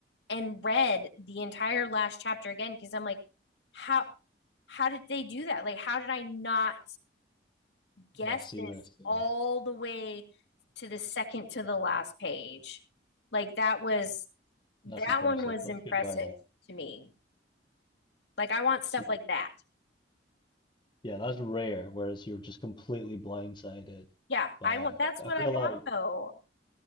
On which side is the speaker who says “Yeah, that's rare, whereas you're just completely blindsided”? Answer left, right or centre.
Left